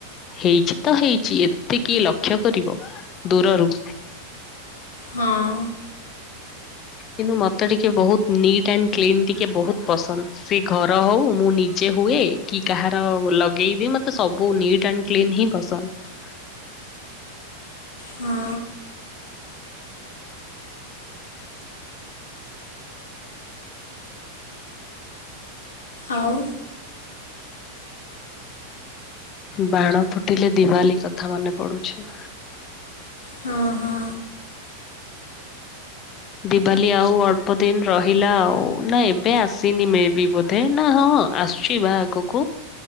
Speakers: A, on the left; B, on the left.
A: ହେଇଛି ତ ହେଇଛି ଏତିକି ଲକ୍ଷ୍ୟ କରିବ ଦୂରରୁ
B: ହଁ
A: କିନ୍ତୁ ମତେ ଟିକେ ବହୁତ ନିଟ୍ ଆଣ୍ଡ କ୍ଲିନ ଟିକେ ବହୁତ ପସନ୍ଦ ସେ ଘର ହଉ ମୁଁ ନି ହୁଏ କି କାହାର ଲଗେଇବି ମତେ ସବୁ ନିଟ୍ ଆ କ୍ଲି ହିଁ ପସନ୍ଦ
B: ହଁ ଆଉ
A: ବାଣ ଫୁଟିଲେ ଦିିବାଲି କଥା ମନେ ପଡୁଛି
B: ହଁ ହଁ
A: ଦିିବାଲି ଆଉ ଅଳ୍ପ ଦିନ ରହିଲା ଆଉ ନା ଏବେ ଆସିନି ମ ବି ବ ଦେ ନା ହଁ ଆସୁଛି ବାହାଗକୁ